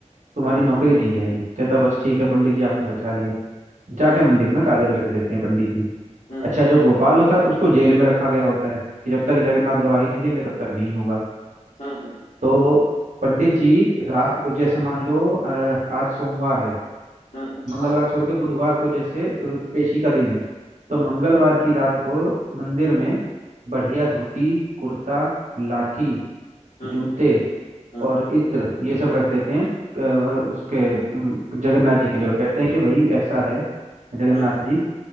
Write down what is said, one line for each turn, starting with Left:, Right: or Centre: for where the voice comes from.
Right: तुम्हारी
Left: हम्म
Right: नौकरी नहीं जाएगी कहता है, बस ठीक है पंडित जी आपने बचा लिया जाके
Left: हम्म
Right: मंदिर
Left: हम्म
Right: में कागज रख देते हैं पंडित जी
Left: हम्म
Right: अच्छा जो गोपाल होता है उसको जेल में रखा गया होता है कि जब
Left: हम्म
Right: तक जगन्नाथ
Left: हम्म
Right: गवाही नहीं देंगे तब तक नहीं होगा
Left: हम्म हम्म
Right: तो पंडित जी रात को जैसे मान लो अ, आज सोमवार है
Left: हम्म हम्म, हम्म,
Right: मंगलवार
Left: हाँ
Right: छोड़ के बुधवार को जैसे अ, पेशी का दिन है
Left: हम्म
Right: तो मंगलवार
Left: हम्म
Right: की रात को मंदिर में बढ़िया धोती कुर्ता लाठी
Left: हम्म
Right: जूते
Left: हम्म हम्म
Right: और इत्र ये सब रख देते हैं अ, उसके अम, जगन्नाथ जी के लिए और कहते हैं कि भाई ऐसा है जगन्नाथ
Left: हम्म हम्म
Right: जी